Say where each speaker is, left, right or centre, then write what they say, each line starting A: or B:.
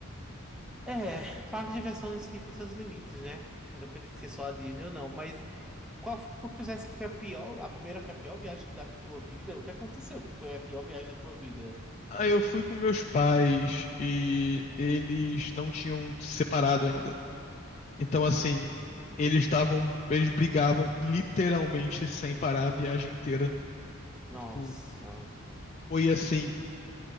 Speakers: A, in the centre; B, on the left (about 30°).
A: É, parque de diversões em si tem seus limites, né? Independente de ser só a Disney ou não, mas qual porque tu dissesse que foi a pior, a primeira foi a pior viagem que da tua vida? O que aconteceu que foi a pior viagem da tua vida?
B: Aí eu fui com meus pais e eles não tinham se separado ainda. Então, assim,
A: Hum,
B: eles estavam, eles brigavam literalmente sem parar a viagem inteira.
A: nossa.
B: Tipo, foi assim,